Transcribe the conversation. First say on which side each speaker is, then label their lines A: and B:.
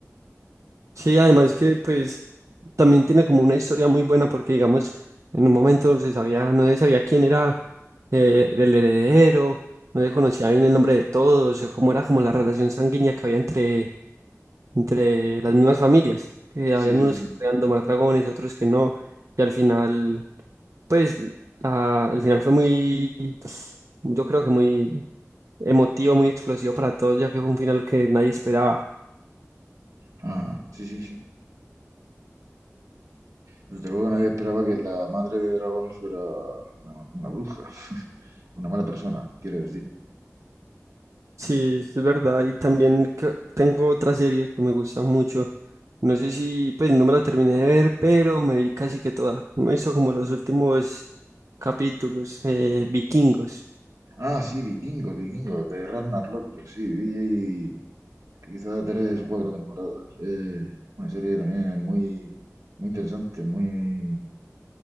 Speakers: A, on the right; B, on the right.
A: Sí, además que pues también tiene como una historia muy buena porque digamos, en un momento se sabía, no se sabía quién era eh, el heredero, no se conocía bien el nombre de todos, o cómo era como la relación sanguínea que había entre, entre las mismas familias, que habían
B: Sí, sí,
A: unos
B: sí.
A: que podían domar dragones, otros que no, y al final, pues la- el final fue muy, yo creo que muy emotivo, muy explosivo para todos, ya que fue un final que nadie esperaba.
B: Ajá, sí, sí, sí. Desde luego nadie esperaba que la madre de dragones fuera una, una bruja, <laughs> una mala persona, quiero decir.
A: Sí, es verdad. Y también cre- tengo otra serie que me gusta mucho. No sé si, pues no me la terminé de ver, pero me vi casi que toda. Me hizo como los últimos capítulos, eh, vikingos.
B: Ah, sí, vikingos, vikingos, de Ragnar Lothbrok, sí, vi quizá tres o cuatro temporadas. Es una serie también muy, muy interesante, muy,